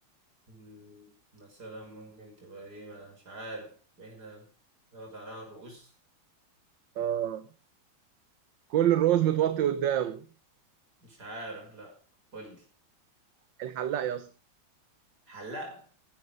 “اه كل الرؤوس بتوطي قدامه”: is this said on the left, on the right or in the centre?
Right